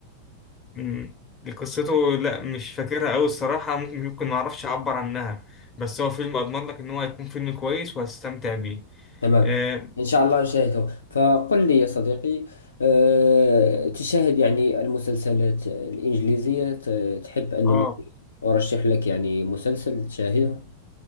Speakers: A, on the left (about 25°); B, on the left (about 70°).
A: مم. قصته لا مش فاكرها أوي الصراحة ممكن ممكن معرفش أعبر عنها بس هو فيلم أضمن لك إن هو هيكون فيلم كويس وهستمتع بيه
B: تمام
A: آه
B: ان شاء الله نشاهده فقل لي يا صديقي آه... تشاهد يعني المسلسلات الانجليزية ت- تحب انني
A: آه
B: ارشح لك يعني مسلسل تشاهده